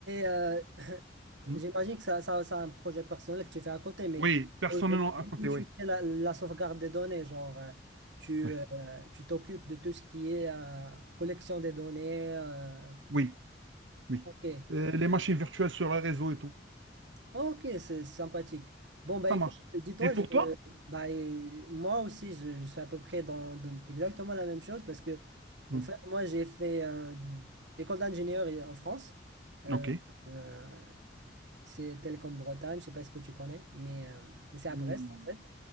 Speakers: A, on the right; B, on the right.
A: euh, <clears throat> <laughs>
B: Hmm.
A: j'imagine que ça, ça, ça a un projet personnel que tu fais à côté, mais
B: Oui, personnellement
A: aujourd'hui,
B: à côté,
A: où tu
B: oui.
A: fais la, la sauvegarde des données, genre, euh, tu,
B: Oui,
A: euh, tu t'occupes de tout ce qui est euh, collection des données. euh,
B: oui, oui.
A: ok.
B: Euh, les machines virtuelles sur le réseau et tout.
A: Ok, c'est sympathique. Bon, bah
B: Ça
A: écoute,
B: marche.
A: dis-toi,
B: Et pour
A: je-
B: toi?
A: euh, bah, euh, moi aussi, je, je suis à peu près dans, dans exactement la même chose parce que,
B: Hmm.
A: en fait, moi, j'ai fait euh, école d'ingénieur en France. Euh,
B: Ok.
A: euh, C'est tel comme Bretagne, je sais pas ce que tu connais, mais, euh, mais c'est à
B: Hmm,
A: Brest en fait.